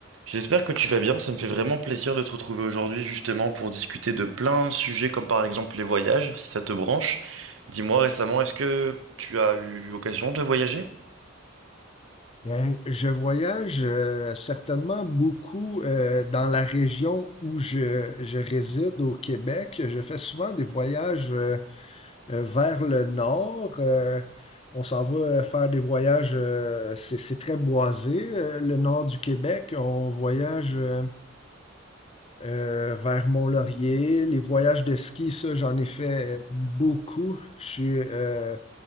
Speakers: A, on the right (about 85°); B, on the left (about 30°).
A: J'espère que tu vas bien, ça me fait vraiment plaisir de te retrouver aujourd'hui justement pour discuter de plein de sujets comme par exemple les voyages, si ça te branche. Dis-moi récemment, est-ce que tu as eu l'occasion de voyager?
B: Hein, je voyage euh, certainement beaucoup euh, dans la région où je, je réside au Québec. Je fais souvent des voyages euh, euh, vers le nord. Euh, on s'en va euh, faire des voyages, euh, c'est, c'est très boisé, euh, le nord du Québec. On voyage euh, euh, vers Mont-Laurier. Les voyages de ski, ça, j'en ai fait beaucoup. Je suis euh,